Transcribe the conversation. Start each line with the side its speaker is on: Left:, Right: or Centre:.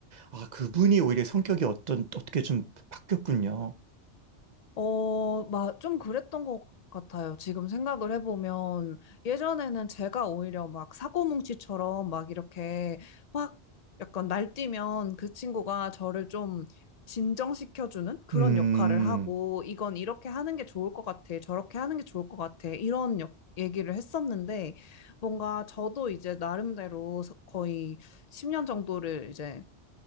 Right: 아, 그분이 오히려 성격이 어떤 어떻게 좀 바뀌었군요.
Left: 어, 막 좀 그랬던 것 같아요. 지금 생각을 해보면 예전에는 제가 오히려 막 사고뭉치처럼 막 이렇게 막 약간 날뛰면 그 친구가 저를 좀 진정시켜주는 그런
Right: 음.
Left: 역할을 하고 이건 이렇게 하는 게 좋을 것 같아. 저렇게 하는 게 좋을 것 같아. 이런 역- 얘기를 했었는데 뭔가 저도 이제 나름대로 서- 거의 10년 정도를 이제